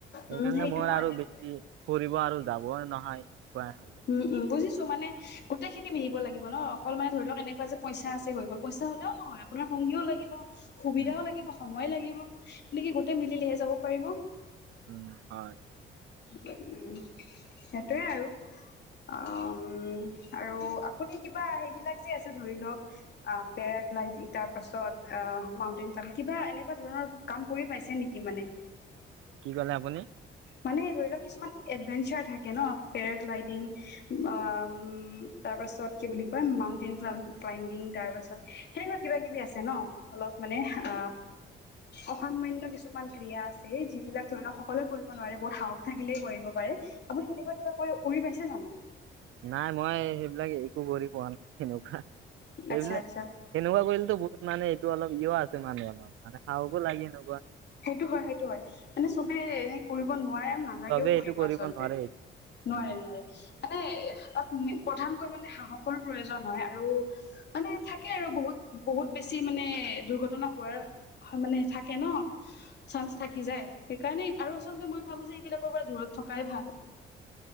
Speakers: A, on the right; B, on the left.
A: সেইকাৰণে
B: উম সেইটো
A: মই
B: হয়
A: আৰু
B: সেইটো
A: বেছি
B: হয়
A: ফুৰিব আৰু যাবই নহয়। হৈ যায়।
B: উম উম বুজিছো। মানে গোটেই খিনতি মিলিব লাগিব ন অকল মানে ধৰি লও এনেকুৱ যেইচ আছে হৈ গ'ল পইচা হলেও নহয় আপোনাৰ হ। হুবৈ লাগ সুবিধাও
A: উম,
B: লাগিব সময় লাগিব এনেকে গোটেই মিলিলেহে যাব পাৰিব।
A: উম হয়।
B: উম সেইটোৱে আৰু- অ আৰু আপুনি কিবা সেইবিলাক যে আছে ধৰি আ লওক পে- তাৰ পাছত মাউটেইন ক্লাম্ব কিবা এনেকুৱা ধৰণৰ কাম কৰি পাইছে নেকি মানে?
A: কি ক'লে আপুনি?
B: মানে ধৰি লওক কিছুমান এডভেঞ্চাৰ থাকে ন পেৰাগ্লাইডিং আ উম- তাৰ পাছত কি বুলি কয় মাউন্টেইন ক্লাম ক্লাইম্বিং তাৰ পাছত সেনেকুৱা কিবা কিবি আছে ন অলপ- মানে অ অসামান্য কিছুমান ক্ৰিয়া আছে যিবিলাক ধৰি লও সকলোৱে কৰিব- নোৱাৰে বহুত সাহস থাকিলেই কৰিব পাৰে আপুনি এনেকুৱা কিবা কৰি পাইছে জানো?
A: নাই মই সেইবিলাক একো কৰি পোৱা নাই হেনুকা- সেইবিলাক
B: আচ্ছা আচ্ছা
A: সেনেকুৱা কৰিলেতো বহুত মানে- টো অলপ ইয় আছে মানে অলপ মানে সাহসো লাগে এনেকুৱা-
B: সেইটো হয় সেইটো হয় মানে চবে এনে কৰিব নোৱাৰে- নালাগেও
A: চবে
B: কৰিব
A: এইটো
B: আচলতে
A: নোৱাৰে।
B: নোৱাৰে
A: উম,
B: নোৱাৰে মানে। মে প্ৰধানকৈ মানে সাহসৰ প্ৰয়োজন হয় আৰু মানে থাকে আৰু বহুত বহুত বেছি। ম মানে দুৰ্ঘটনা হোৱাৰ মানে থাকে। ন চাঞ্চ থাকি যায় সেইকাৰণে আৰু আচলতে মই ভাবো যে এইবিলাকৰ পৰা দূৰত থকাই ভাল।